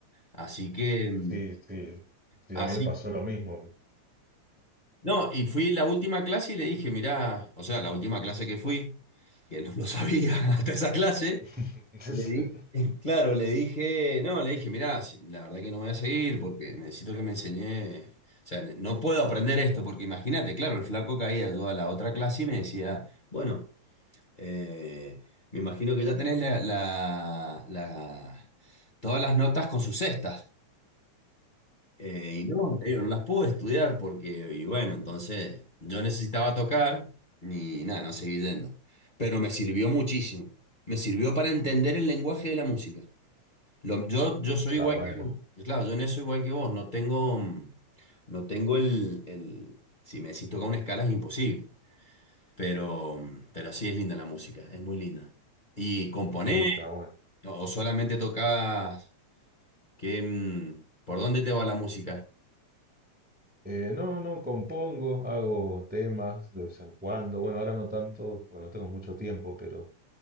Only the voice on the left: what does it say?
Así que, mm,
así,
no, y fui la última clase y le dije, mirá, o sea, la última clase que fui, que no lo sabía <laughs> hasta esa clase,
le di, <laughs> claro, le dije, no, le dije, mirá, si- la verdad que no voy a seguir porque necesito que me enseñé. O sea, no puedo aprender esto porque imagínate, claro, el flaco caía yo a la otra clase y me decía, bueno, Eh, me imagino que ya tenés la, la- la- todas las notas con sus cestas. Eh, y no, te digo, no las pude estudiar porque, y bueno, entonces yo necesitaba tocar y nada, no seguí yendo. Pero me sirvió muchísimo. Me sirvió para entender el lenguaje de la música. Lo- yo, yo soy
igual
que vos. Claro, yo en eso igual que vos. No tengo, mm, no tengo el, el- si me decís tocar una escala es imposible. Pero, pero sí es linda la música, es muy linda. ¿Y componés
o solamente tocas? ¿Qué, mm, por dónde te va la música?